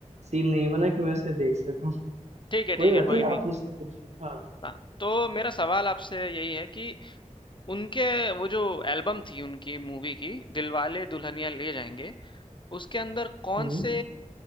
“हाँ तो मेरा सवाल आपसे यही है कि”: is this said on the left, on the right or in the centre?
Left